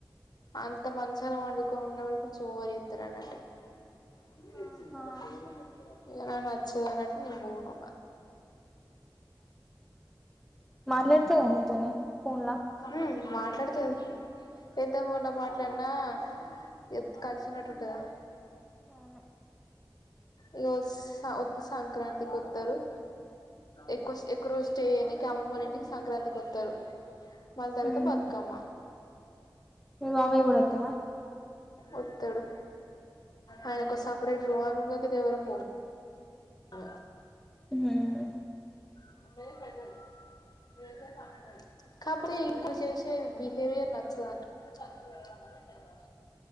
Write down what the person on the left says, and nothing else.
అంత మంచాల వండుకొని ఉన్నోడు కొంచెం ఓవర్ జేత్తారన్నట్టు <inaudible> ఇగ
నాకు నచ్చేవరకు నేను పోను
ఊ మాట్లాడతాది ఎంత ఫోన్లో మాట్లాడినా నా ఎత్ కలిసినట్టుంటదా
ఇగ ఒస్ ఆ ఒత్తే సంక్రాంతి కొత్తరు ఎక్కుస్ ఎక్కువ రోజు స్టే చేయడానికి అమ్మమ్మోళ్ల ఇంటికి సంక్రాంతికి వొత్తరు మళ్ళ తరువాత
బతుకమ్మ
ఒత్తడు ఆయనకు ఓ సపరేట్ రూమ్ ఆ రూమ్ లోకి అయితే ఎవరము పోము అ
<inaudible> కాపోతే ఇంక చేసే బిహేవియర్ నచ్చదు <unintelligible>